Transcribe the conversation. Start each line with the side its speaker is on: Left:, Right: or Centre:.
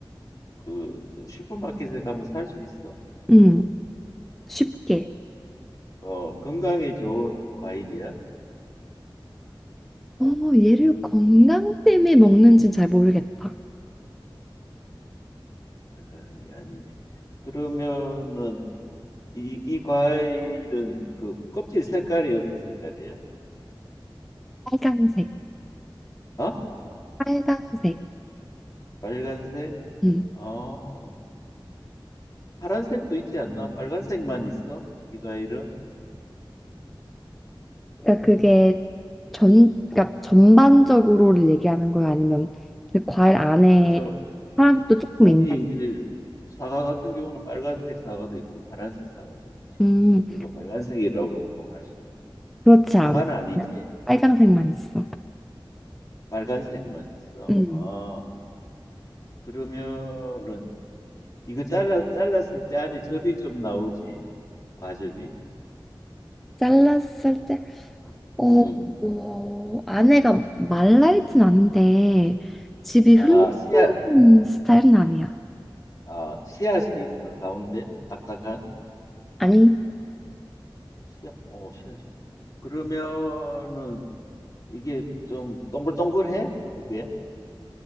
Left: 그 슈퍼마켓에 가면 살 수 있어?
Centre: 음, 쉽게.
Left: 어, 건강에 좋은 과일이야?
Centre: 어, 얘를 건강 때문에 먹는지는 잘 모르겠다.
Left: 생각한 게 아니네. 그러면은 이, 이 과일은 그 껍질 색깔이 어떤 색깔이야?
Centre: 빨강색,
Left: 어?
Centre: 빨강색.
Left: 빨간색?
Centre: 음.
Left: 어, 파란색도 있지 않나? 빨간색만 있어? 이 과일은?
Centre: 그러니까 그게 전, 그러니까 전반적으로를 얘기하는 거야? 아니면 그 과일 안에
Left: 어, 저,
Centre: 파란색도 조금
Left: 아니
Centre: 있나?
Left: 이제 사과 같은 경우는 빨간색 사과도 있고 파란색 사과도 있지.
Centre: 음,
Left: 그리고 빨간색이라고 꼭 할 수는 없-
Centre: 그렇지 않아.
Left: 사과는 아니지.
Centre: 그냥 빨강색만 있어.
Left: 빨간색만 있어.
Centre: 음.
Left: 아. 그러면은 이거 잘라 잘랐을 때 안에 접이 좀 나오지. 과접이.
Centre: 잘랐을 때 어,
Left: 음.
Centre: 어, 아내가 말라있진 않은데 집이
Left: 아,
Centre: 흘러온
Left: 씨앗
Centre: 스타일은 아니야.
Left: 아, 씨앗이 있어? 가운데 딱딱한
Centre: 아니,
Left: 씨앗. 어, 씨앗이. 그러면은 이게 좀 동글동글해? 이게